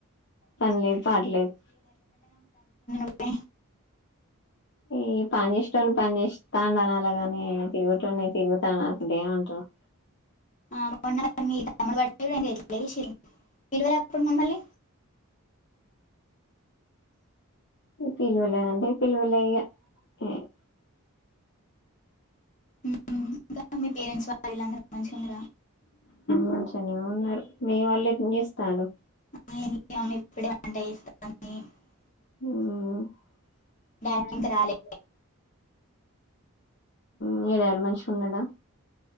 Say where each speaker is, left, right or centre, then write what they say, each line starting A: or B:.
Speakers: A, on the left (about 55°); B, on the left (about 35°).
A: పనిలేదు పాడులేదు
B: హ్మ్
A: ఈ పని ఇష్టం పని చేస్తాండు అని అనాలాగాని తిరిగేటోన్ని తిరుగుతాండు అనకుంటే ఏం మంటారు బ్లాంక్
B: ఆ బగున్న మీ తముడుగాడు ఏం చేయట్లేదు ఎట్లా చేసిర్రు నీల్లు కూడ వత్తున్నాయ్ మల్లి
A: బ్లాంక్ పిలువలే అంటే పిలువలె ఇగ బ్లాంక్
B: <unintelligible> మీ పేరెంట్స్ వాళ్లాందరు మంచిగున్నర
A: మంచగనే ఉన్నరు మీ వాళ్ళు ఎప్పుడు చేస్తళ్ళు
B: <unintelligible>
A: హ్మ్
B: డాడీ ఇంకా రాలే
A: మీ <unintelligible> మనిషి ఉన్నడా